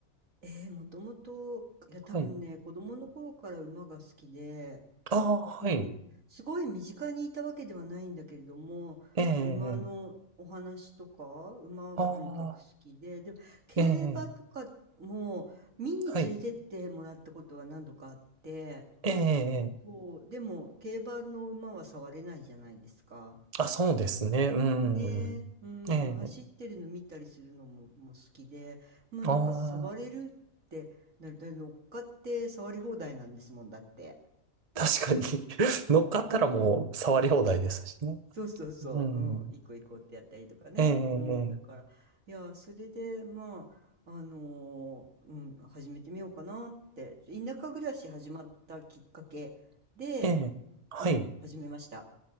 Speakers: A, on the right (about 80°); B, on the right (about 30°).
A: ええ、もともと、いや多分ね、
B: はい。
A: 子供の頃から馬が好きで、
B: ああ、はい。
A: うん、すごい身近にいたわけではないんだけれども、
B: ええええ
A: 馬のお話とか、馬がとにかく好きで、
B: ああ、
A: でも競馬とかも見に連れてってもらったことは何度かあって、
B: ええはい。ええええ
A: そう、でも競馬の馬は触れないじゃないですか。
B: あ、そうですね。うん。
A: ねえ、うん、
B: ええ。
A: まあ、走ってるの見たりするのも、もう好きで、まあなんか触れるってなる、
B: ああ、
A: だ乗っかって触り放題なんですもんだって。
B: 確かに <laughs> 乗っかったらもう触り放題ですしね。
A: <laughs> うんそうそうそう、
B: うん。
A: うん、行こう行こうってやったりとかね。
B: ええ、
A: うん、だから、いや、それで、まあ、あのーうん、始めてみようかなって、田舎暮らし始まったきっかけで、
B: ええ、ええ。はい。
A: うん、始めました。